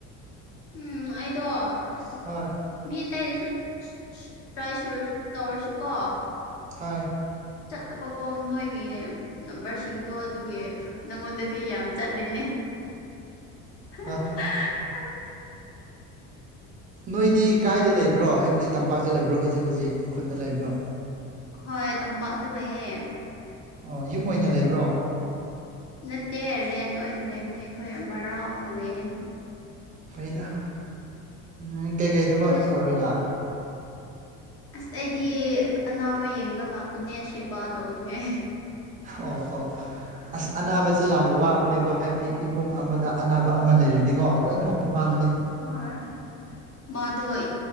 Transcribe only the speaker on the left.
ꯎꯝ ꯑꯩꯗꯣ ꯑꯁ
ꯃꯤ ꯑꯇꯩꯗꯁꯨ ꯇ꯭ꯔꯥꯏ ꯁꯨꯔ ꯇꯧꯔꯁꯨꯀꯣ
ꯆꯠꯇꯕꯀꯣ ꯃꯣꯏꯒꯤ ꯅꯝꯕꯔꯁꯤꯡꯗꯣ ꯑꯗꯨꯒꯤ ꯅꯪꯉꯣꯟꯗꯗꯤ ꯌꯥꯝ ꯆꯠꯂꯤ <unintelligible>
ꯍꯣꯏ ꯇꯝꯄꯥꯛꯇ ꯂꯩꯌꯦꯦ
ꯅꯠꯇꯦ ꯔꯦꯟ ꯑꯣꯏꯅ ꯂꯩꯕꯅꯦ ꯑꯩꯈꯣꯏ ꯕꯔꯥ ꯑꯣꯏꯅ ꯂꯩꯌꯦ
ꯑꯩꯈꯣꯏꯁꯨ
ꯑꯁ ꯑꯩꯗꯤ ꯑꯅꯥꯕ ꯌꯦꯡꯕ ꯂꯥꯛꯄꯅꯦ ꯁꯦꯕꯥ ꯇꯧꯅꯤꯡꯉꯦ
ꯍꯣꯏ ꯃꯥꯗꯣ